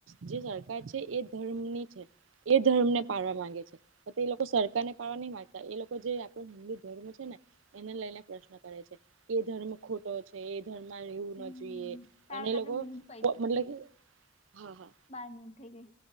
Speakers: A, on the right; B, on the left.
A: જે સરકાર છે એ ધર્મ ની છે. એ ધર્મ ને પાડવા માંગે છે તો એ લોકો સરકારને <unintelligible> નહી માગતા એ લોકો જે આપ હિન્દુ ધર્મ છે ને એને લઈને પ્રશ્ન કરે છે. એ ધર્મ ખોટો છે એ ધર્મમાં રહેેવું
B: હમ
A: ના જોઈએ
B: સારું
A: અને એ
B: તો આપડે
A: લોકો
B: મિનિટ
A: મતલબ કે હા હા.
B: મારની થઈ ગયી.